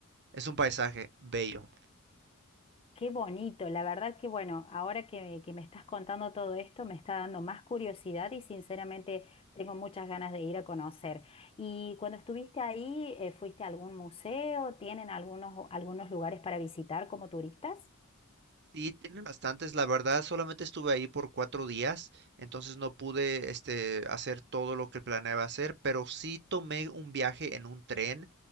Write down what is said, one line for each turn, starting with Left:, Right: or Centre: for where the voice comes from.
Right: es un paisaje bello.
Left: Qué bonito, la verdad que bueno, ahora que, que me estás contando todo esto, me está dando más curiosidad y sinceramente tengo muchas ganas de ir a conocer. Y cuando estuviste ahí, eh, ¿fuiste a algún museo? ¿Tienen algunos, algunos lugares para visitar como turistas?
Right: Sí, tienen bastantes. La verdad, solamente estuve ahí por cuatro días, entonces no pude, este, hacer todo lo que planeaba hacer, pero sí tomé un viaje en un tren,